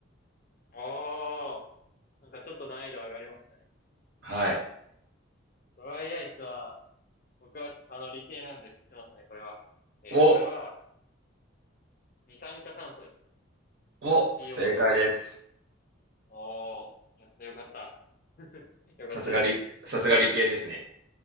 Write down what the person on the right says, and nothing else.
うはい。
お、
お、
正解です。
さすが理、さすが理系ですね。